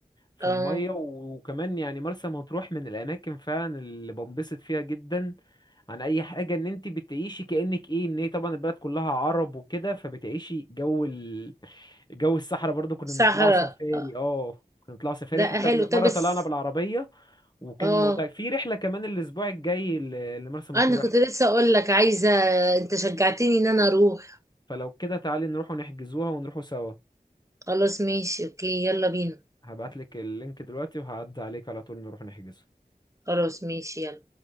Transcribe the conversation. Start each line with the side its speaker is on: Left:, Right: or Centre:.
Left: في
Right: اه
Left: المية وكمان يعني مرسى مطروح من الأماكن فعلا اللي بنبسط فيها جدا عن أي حاجة إن أنت بتعيشي كأنك إيه إن هي طبعا البلد كلها عرب وكده فبتعيشي جو ال... جو الصحراء برضو كنا
Right: صحراء
Left: بنطلعوا سفاري
Right: آه،
Left: اه كنا بنطلعوا سفاري
Right: ده
Left: حتى
Right: حلو
Left: من-
Right: طب
Left: مرة
Right: بس
Left: طلعنا بالعربية وكان
Right: اه
Left: الموضوع في رحلة كمان الأسبوع الجاي ل- لمرسى مطروح
Right: انا كنت لسه اقول لك عايزه انت شجعتني ان انا اروح
Left: فلو كده تعالي نروح ونحجزوها ونروحوا سوا
Right: خلاص ماشي اوكي يلا بينا
Left: هبعتلك اللينك دلوقتي وهعدي عليك على طول نروح نحجزه
Right: خلاص ماشي يلا